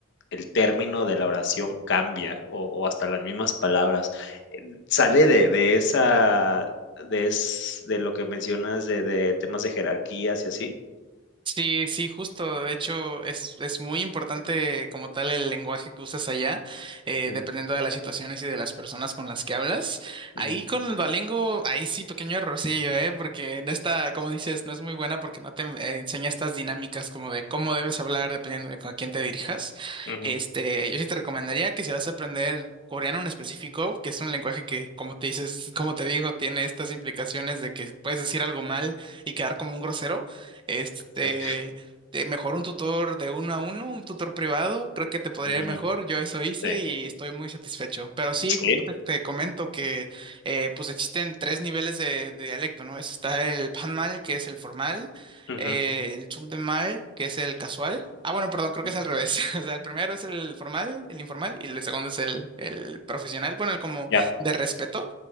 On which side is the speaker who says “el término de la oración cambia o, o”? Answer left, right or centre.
Left